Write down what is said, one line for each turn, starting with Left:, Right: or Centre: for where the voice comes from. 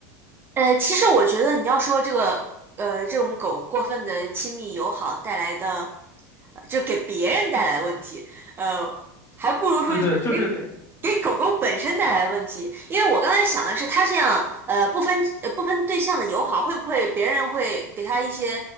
Right: 呃，其实我觉得你要说这个，呃，这种狗过分的亲密友好带来的，呃就是给别人带来的问题，呃，还不如说就是给给狗狗本身带来的问题。
Left: 对对，就是给。
Right: 因为我刚才想的是，它这样，呃，不分呃不分对象的友好，会不会别人会给它一些，